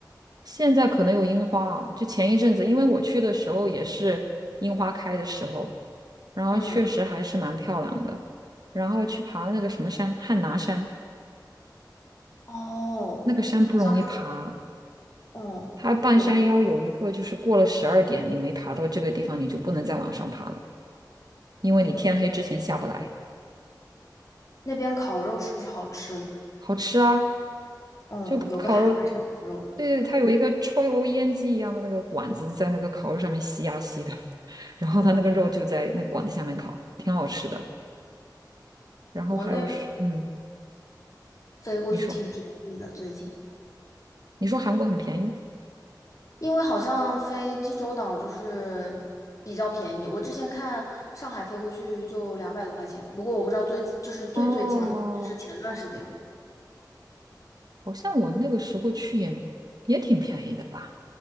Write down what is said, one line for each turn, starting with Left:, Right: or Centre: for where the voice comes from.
Right: 现在可能有樱花啊，就前一阵子，因为我去的时候也是樱花开的时候，然后确实还是蛮漂亮的。
Left: 嗯，
Right: 然后去爬那个什么山，汉拿山，
Left: 哦，
Right: 那个山不容易爬，
Left: 好像是，哦，
Right: 它半山腰有一个就是过了十二点，
Left: 有，
Right: 你没爬到这个地方，你就不能再往上爬了，因为你天黑之前下不来。
Left: 哦。那边烤肉是不是好吃？
Right: 好吃啊，
Left: 嗯，
Right: 就烤肉，
Left: 有个汉拿生烤肉，
Right: 对对，它有一个抽油烟机一样的那个管子在那个烤肉上面吸呀、吸的，<laughs> 然后它那个肉就在那管子下面烤，
Left: 嗯，
Right: 挺好吃的。然后还有是，
Left: 国内
Right: 嗯，
Left: 飞过去挺便宜的，
Right: 你说，
Left: 最近，
Right: 你说韩国很便宜，
Left: 因为好像飞济州岛就是比较便宜。我之前看上海飞过去就两百多块钱，不过我不知道最就是最最近了，
Right: 哦，
Left: 就是前段时间了。
Right: 好像我那个时候去也也挺便宜的吧，